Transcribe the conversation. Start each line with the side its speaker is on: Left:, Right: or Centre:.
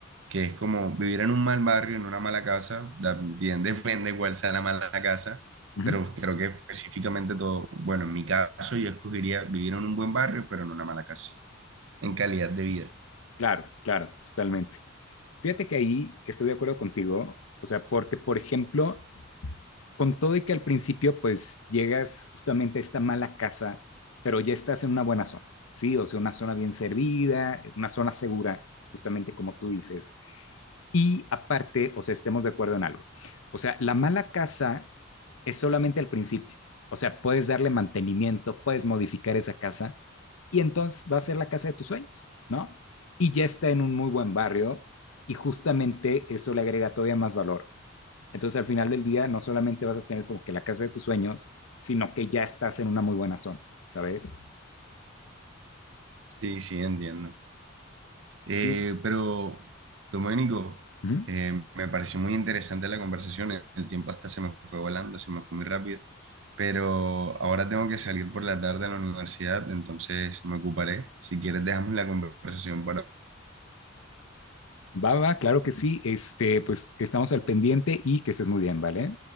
Right: que es como vivir en un mal barrio, en una mala casa, también <laughs> depende cuál sea la mala casa,
Left: Ujú.
Right: pero creo que específicamente todo, bueno, en mi caso yo escogería vivir en un buen barrio, pero en una mala casa, en calidad de vida.
Left: Claro, claro, totalmente. Fíjate que ahí estoy de acuerdo contigo, o sea, porque, por ejemplo, con todo y que al principio, pues llegas justamente a esta mala casa, pero ya estás en una buena zona, ¿sí? O sea, una zona bien servida, una zona segura, justamente como tú dices. Y aparte, o sea, estemos de acuerdo en algo. O sea, la mala casa es solamente al principio. O sea, puedes darle mantenimiento, puedes modificar esa casa y entonces va a ser la casa de tus sueños, ¿no? Y ya está en un muy buen barrio y justamente eso le agrega todavía más valor. Entonces, al final del día, no solamente vas a tener como que la casa de tus sueños, sino que ya estás en una muy buena zona, ¿sabes?
Right: Sí, sí, entiendo. Eh,
Left: Sí.
Right: pero, Domenico,
Left: Ujú.
Right: eh, me pareció muy interesante la conversación, el el tiempo hasta se me fue volando, se me fue muy rápido. Pero ahora tengo que salir por la tarde a la universidad, entonces me ocuparé. Si quieres, dejamos la conversación para
Left: Va, va, claro que sí. Este, pues estamos al pendiente y que estés muy bien, ¿vale?